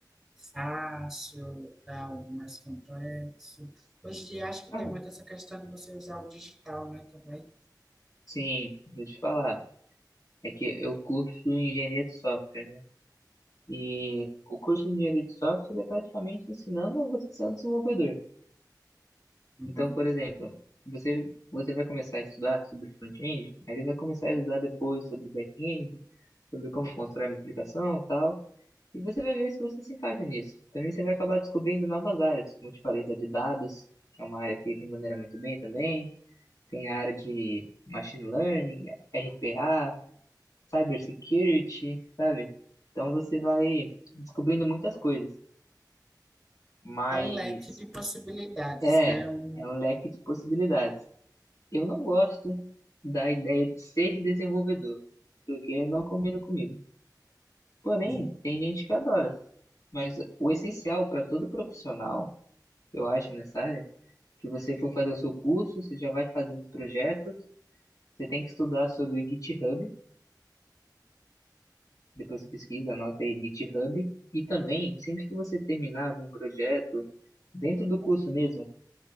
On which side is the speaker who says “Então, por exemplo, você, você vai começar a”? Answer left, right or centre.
Left